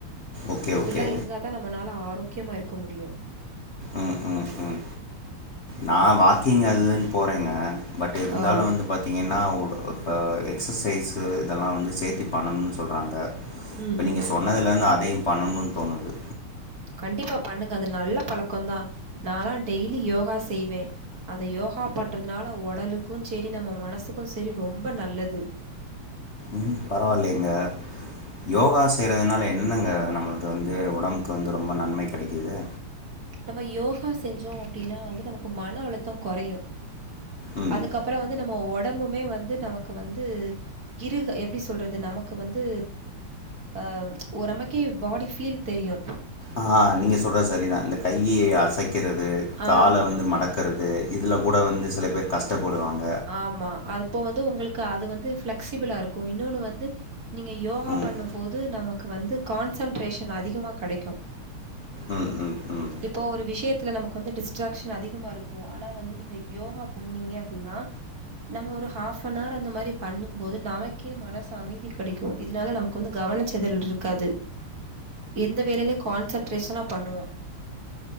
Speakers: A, on the left; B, on the right.
A: ஓகே
B: இப்பட்ல்லா
A: ஓகே
B: இருந்தாதா நம்மளால ஆரோக்கியமா இருக்க முடியு
A: ம் ம் ம் நா வாக்கிங் அது இதுன்னு போறேங்க பட் இருந்தாலு
B: ஆ
A: வந்து பாத் தீங்கன்னாஒரு எக்ஸசைஸு இதெல்லா வந்து சேர்த்து பண்ணுன்னு சொல்றாங்க இப்ப
B: ம் ம்
A: நீங்க சொன்னதுல இருந்து அதையு பண்ணணுன்னு தோணுது
B: கண்டிப்பா பண்ணுங்க அது நல்ல பழக்கோ தா நாலா டெய்லி யோகா செய்வே அந்த யோகா பண்றதுனால உடலுக்கு சரி நம்ம மனசுக்கு சரி ரொம்ப நல்லது
A: ம் பரவாயில்லைங்க யோகா செய்றதுனால என்னங்க நம்முளுக்கு வந்து ஒடம்புக்கு வந்து ரொம்ப நன்மை கெடைக்குது
B: நம்ம யோகா செஞ்சோ அப்டீன்னா வந்து நமக்கு மன அழுத்தோ கொறையு
A: ம்
B: அதுக்கப்புறோ வந்து நம்ம ஒட ஒடம்புமே வந்து நமக்கு வந்து இரு எப்டி சொல்றது நமக்கு வந்து அ ஒரு நமக்கே பாடி ஃபீல் தெரியு
A: ஆ நீங்க சொல்றது சரிதா இந்த கையி அசைக்கிறது
B: ஆ.
A: கால்ல வந்து மடக்க இருக்கறது இதுல கூட வந்து சில பேர் கஷ்டப்படுவாங்
B: ஆமா அதுப்போ வந்து உங்குளுக்கு அது வந்து ஃபிளக்சிபிளா இருக் கோ இன்னோன்னு வந்து நீங்க யோகா
A: ம்
B: பண்ணும் போது நமக்கு வந்து கான்சென்ட்ரேஷன் அதிகமா கடைக்கோ
A: ம் ம் ம்
B: இப்போ ஒரு விஷயத்துல நமக்கு வந்து டிஸ்ட்ராக்ஷன் அதிகமா இருக்கோ ஆனா வந்து நீங்க யோகா பண்ணீங்க அப்டீன்னா <inaudible> நம்ம ஒரு ஹாஃபானார் அந்த மாரி பண்ணும் போது நமக்கே மனசு அமைதி கடைக்கோ இதனால நமக்கு வந்து கவனச் செதரல் இருக்காது எந்த வேலையிலயு கான்சென்ட்ரேஷனா பண்ணுவோ